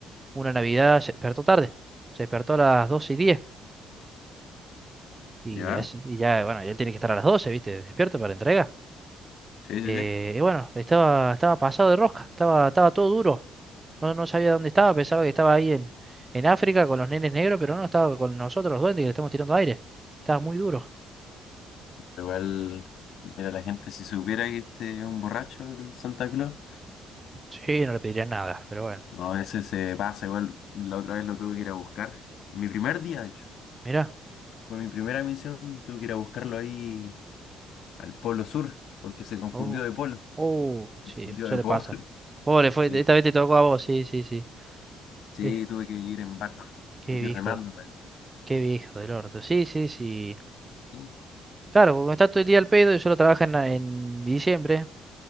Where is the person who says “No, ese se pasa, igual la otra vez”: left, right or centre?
Left